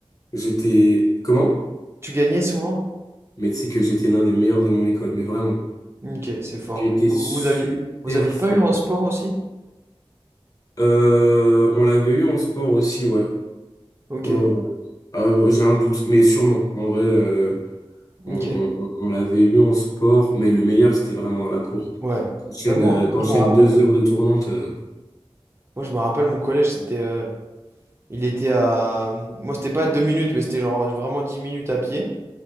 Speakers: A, on the left (about 35°); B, on the right (about 25°).
A: J'étais... Comment?
B: Tu gagnais souvent?
A: Mais tu sais que j'étais l'un des meilleurs de mon école, mais vraiment.
B: Ok, c'est fort.
A: J'étais
B: Vous,
A: super
B: vous aviez, vous aviez
A: fort.
B: pas eu en sport aussi?
A: Euh, on l'avait eu en sport aussi, ouais.
B: Ok,
A: Ouais, ouais, ouais. Euh, j'ai un doute, mais sûrement. En vrai, euh,
B: ok.
A: on, on- on- on l'avait eu en sport, mais le meilleur, c'était vraiment dans la cour.
B: Ouais.
A: T'enchaînes,
B: Bah, moi,
A: euh, t'enchaînes
B: moi, je me rappelle.
A: deux heures de tournante. euh,
B: Moi, je me rappelle, mon collège, c'était. euh, il était à. Moi, c'était pas deux minutes, mais c'était genre vraiment dix minutes à pied.